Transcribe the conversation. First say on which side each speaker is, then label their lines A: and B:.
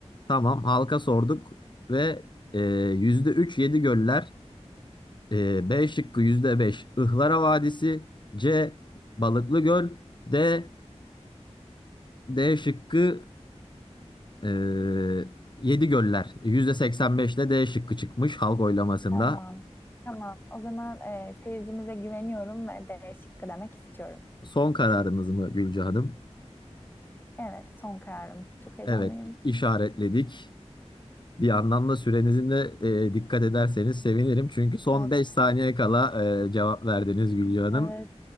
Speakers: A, on the left; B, on the left.
A: Tamam halka sorduk ve e, %3 Yedigöller E, B şıkkı %5, Ihlara Vadisi. C. Balıklı Göl. D. D şıkkı e, Yedi Göller. %85'le D şıkkı çıkmış halk oylamasında.
B: Tamam. Tamam. O zaman e, seyircimize güveniyorum ve D şıkkı demek istiyorum.
A: Son kararınız mı Gülce Hanım?
B: Evet, son kararım. Çok heyecanlıyım.
A: Evet, işaretledik. Bir yandan da sürenizin de e, dikkat ederseniz sevinirim. Çünkü son
B: Evet.
A: 5 saniye kala e, cevap verdiniz Gülce Hanım.
B: Evet.